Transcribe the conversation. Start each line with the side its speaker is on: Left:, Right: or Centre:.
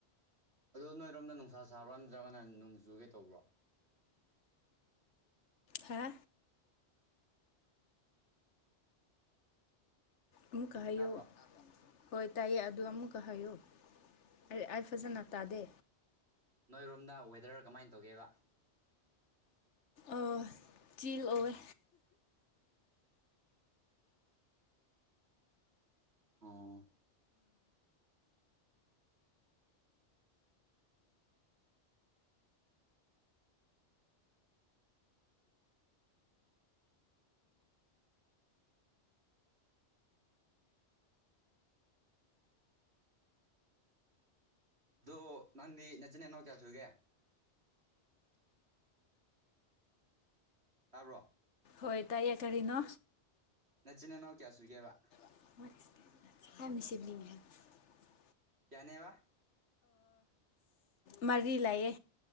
Right: ꯑꯗꯣ ꯅꯣꯏꯔꯣꯝꯗ ꯅꯨꯡꯁꯥ ꯁꯥꯕ꯭ꯔꯥ ꯅꯠꯇ꯭ꯔꯒꯅ ꯅꯣꯡꯖꯨꯒꯦ ꯇꯧꯕ꯭ꯔꯣ
Left: ꯍꯥ ꯑꯃꯨꯛꯀꯥ ꯍꯥꯌꯣ
Right: ꯇꯥꯕ꯭ꯔꯣ
Left: ꯍꯣꯏ ꯇꯥꯏꯌꯦ ꯑꯗꯨ ꯑꯃꯨꯛꯀ ꯍꯥꯏꯌꯨ ꯑꯩ ꯑꯩ ꯐꯖꯅ ꯇꯥꯗꯦ
Right: ꯅꯣꯏꯔꯣꯝꯗ ꯋꯦꯗꯔ ꯀꯃꯥꯏꯅ ꯇꯧꯒꯦꯕ
Left: ꯑꯣ ꯆꯤꯜ ꯑꯣꯏ
Right: ꯑꯣ ꯑꯗꯣ ꯅꯪꯗꯤ ꯅꯦꯆꯤꯟ ꯅꯥꯅꯥꯎ ꯀꯌꯥꯁꯨꯒꯦ ꯇꯥꯕ꯭ꯔꯣ
Left: ꯍꯣꯏ ꯇꯥꯏꯑꯌꯦ ꯀꯔꯤꯅꯣ
Right: ꯅꯆꯤꯟ ꯏꯅꯥꯎ ꯀꯌꯥ ꯁꯨꯏꯒꯦꯕ
Left: <inaudible>
Right: ꯀꯌꯥꯅꯦ ꯋꯥ
Left: ꯃꯔꯤ ꯂꯩꯌꯦ